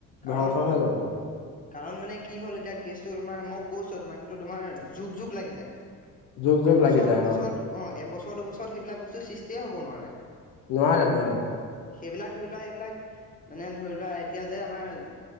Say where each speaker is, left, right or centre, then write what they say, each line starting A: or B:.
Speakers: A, on the left; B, on the left.
A: কাৰণ
B: ধ্বংস হৈ যাব।
A: কাৰণ মানে কি হ'ল এতিয়া কেচটো তোমাৰ মোক- ক'ছো তোমাক সেইটো তোমাৰ যোগ যোগ লাগি যায়
B: জোক জোক
A: এবছৰ
B: লাগি যায়
A: দুবছৰত-
B: অ
A: অঁ এবছৰ দুবছৰত সেইবিলাক বস্তু সৃষ্টিয়ে হ'ব নোৱাৰে অঁ।
B: নোৱাৰে নোৱাৰে।
A: সেইবিলাক ধৰি লোৱা সেইবিলাক মানে ধৰি লোৱা এতিয়া যে আমাৰ-